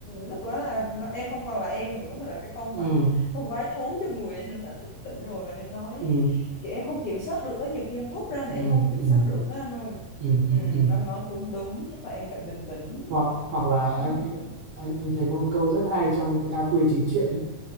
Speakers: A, on the left; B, on the right.
A: lúc đó là nó, em không còn là em nữa mà là cái con
B: ừ
A: mảnh con quái thú trong người em đã thức tỉnh rồi và em nói
B: ừ
A: kiểu em không kiểm soát được á, nhiều khi em thốt ra mà
B: ừ
A: em
B: ừ
A: không kiểm
B: ừ
A: soát được á anh ơi
B: ừ ừ
A: ừ,
B: ừ, ừ.
A: anh nói cũng đúng chắc là em phải bình tĩnh
B: hoặc
A: rồi
B: hoặc là
A: cố gắng
B: anh
A: bình
B: anh
A: tĩnh
B: anh anh thấy có một câu rất hay trong cái a quy chính truyện ấy